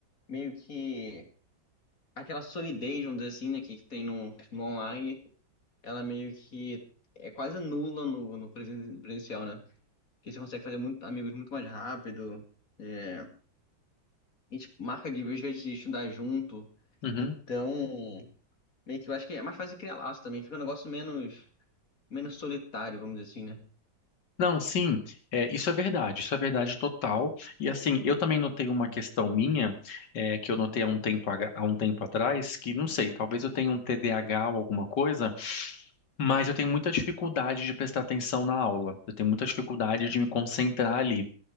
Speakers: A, on the left (about 45°); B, on the left (about 60°).
A: meio que aquela solidez, vamos dizer assim, né, que tem no, no online ela meio que é quase nula no, no presen- presencial, né? Porque você consegue fazer muito, amigos muito mais rápido. É, a gente marca de vez em vez de estudar junto.
B: Uhum.
A: Então, meio que eu acho que é mais fácil criar laço também. Fica um negócio menos, menos solitário, vamos dizer assim, né?
B: Não, sim, é, isso é verdade, isso é verdade total. E assim, eu também notei uma questão minha, é, que eu notei há um tempo, aga- há um tempo atrás, que não sei, talvez eu tenha um TDAH ou alguma coisa, mas eu tenho muita dificuldade de prestar atenção na aula. Eu tenho muita dificuldade de me concentrar ali.